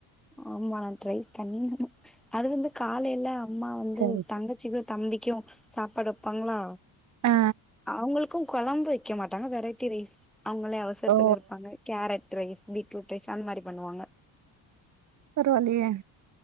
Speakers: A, in the centre; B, on the right (about 40°).
A: ஆமா நா ட்ரை பண்ணியானு அது வந்து காலையில அம்மா வந்து
B: சரி
A: தங்கச்சிக்கு தம்பிக்கு சாப்பாடு வப்பாங்களா
B: ஆ
A: அவங்களுக்கு கொழம்பு வெக்க மாட்டாங்க வெரைட்டி ரைஸ் அவங்களே அவசரத்துல
B: ஓ
A: இருப்பாங்க கேரட் ரைஸ் பீட்ரூட் ரைஸ் அந்த மாரி பண்ணுவாங்க
B: பரவாலியே